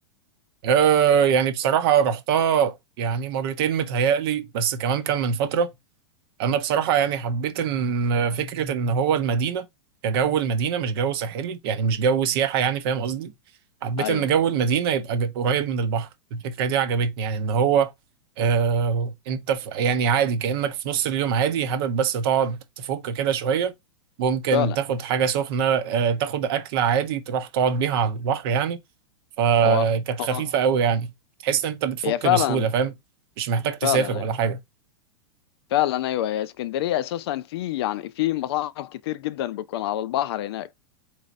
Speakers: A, on the right (about 55°); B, on the left (about 60°).
A: آه، يعني بصراحة رحتها يعني مرتين متهيألي بس كمان كان من فترة انا بصراحه يعني حبيت ان فكره ان هو المدينه كجو المدينه مش جو ساحلي يعني مش جو سياحه يعني فاهم قصدي حبيت
B: ايوه
A: ان جو المدينه يبقى ج- قريب من البحر الفكره دي عجبتني يعني ان هو آه انت في يعني عادي كانك في نص اليوم عادي حابب بس تقعد تفك كده شويه ممكن
B: فعلا
A: تاخد حاجه سخنه آه تاخد اكله عادي تروح تقعد بيها على البحر يعني فكانت
B: هو
A: خفيفه
B: اه
A: قوي يعني تحس ان انت بتفك
B: هي فعلا
A: بسهوله فاهم مش محتاج تسافر
B: فعلا
A: ولا
B: ايوه
A: حاجه
B: فعلا ايوه هي اسكندريه اساسا في يعني في مطاعم كتير جدا بتكون على البحر هناك